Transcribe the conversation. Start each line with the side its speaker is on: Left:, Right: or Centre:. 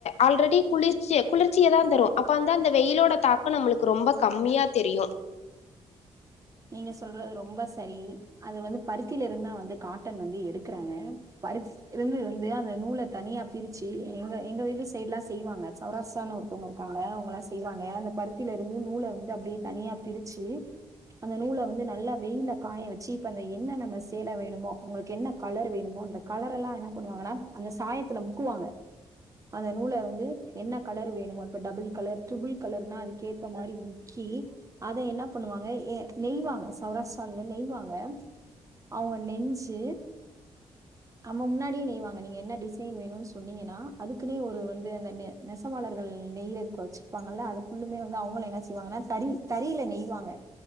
Left: ஆல்ரெடி குளிர்ச்சி குளிர்ச்சிய தா தரு அப்ப வந்து அந்த வெயிலோட தாக்க நம்ளுக்கு ரொம்ப கம்மியா தெரியு
Right: நீங்க சொல்றது ரொம்ப சரி அது வந்து பருத்தில இருந்தா வந்து காட்டன் வந்து எடுக்கறாங்க பரி இருந்து வந்து அந்த நூல தனியா பிரிச்சு எங்க எங்க வீடு சைட்லா செய்வாங்க சௌராஷ்டிரான்னு ஒர்தவங்க பாங்க அவங்கலா செய்வாங்க அந்த பருத்தில இருந்து நூல வந்து அப்டியே தனியா பிரிச்சு அந்த நூல வந்து நல்லா வெயில்ல காய வச்சு இப்ப அந்த என்ன நம்ம சேல வேணுமோ உங்களுக்கு என்ன கலர் வேணுமோ அந்த கலரெல்லா என்ன பண்ணுவாங்கன்னா அந்த சாயத்துல முக்குவாங்க அந்த நூல வந்து என்ன கலர் வேணுமோ இப்ப டபுள் கலர் ட்ரிபிள் கலர்னா அதுக்க ஏத்த மாரி கி அத என்ன பண்ணுவாங்க ஏ நெய்வாங்க சௌராஷ்டிராவ்ல நெய்வாங்க அவங்க நெஞ்சு நம்ம முன்னாடிய் நெய்வாங்க நீங்க என்ன டிசைன் வேணுனு சொன்னீங்கனா அதுக்குன்னே ஒரு வந்து அந்த நெ நெசவாளர்கள் நெய்றதுக் வச்சிருப்பாங்கல்ல அது ஃபுல்லுமே வந்து அவ்ங்களா என்ன செய்வாங்கனா தறி தறில நெய்வாங்க